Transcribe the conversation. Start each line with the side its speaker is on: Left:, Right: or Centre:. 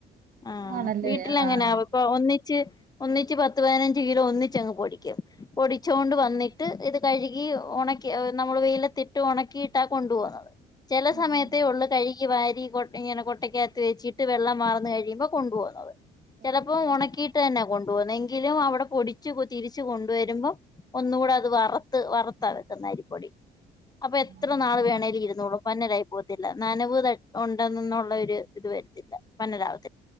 Left: ആഹ്
Right: ആണല്ലേ
Left: വീട്ടിൽ അങ്ങനെയാ
Right: ആഹ്
Left: വെക്കുവാ ഒന്നിച്ച് ഒന്നിച്ച് പത്ത് പതിനഞ്ച് കിലോ ഒന്നിച്ചങ്ങ് പൊടിക്കും പൊടിച്ചൊണ്ട് വന്നിട്ട് ഇത് കഴുകി ഒണക്കി ഏഹ് നമ്മള് വെയിലത്തിട്ട് ഒണക്കിയിട്ടാ കൊണ്ടു പോകുന്നത് ചില
Right: ഉം
Left: സമയത്തേ
Right: ഉം
Left: ഉള്ള് കഴുകി വാരി കൊട് ഇങ്ങനെ കൊട്ടയ്ക്കകത്ത് വെച്ചിട്ട് വെള്ളം വാർന്നു കഴി <unintelligible> കൊണ്ടു പോവുന്നത് ചിലപ്പോ
Right: ആഹ് ആഹ്
Left: ഉണക്കിയിട്ട് തന്നെ കൊണ് <unintelligible> ന്നെങ്കിലും അവിടെ പൊടിച്ചു കു തിരിച്ച് കൊണ്ടുവരുമ്പോ ഒന്നുകൂടെ അത് വറത്ത് വറുത്ത വെക്കുന്നെ അരിപ്പൊടി അപ്പൊ എത്ര
Right: ആണല്ലേ
Left: നാൾ വേണലും ഇരുന്നോളും പന്നലായി പോകത്തില്ല നനവ് തട്ട് ഉണ്ടെന്നെന്നുള്ള ഒരു ഇത് വരത്തില്ല പന്നലാവ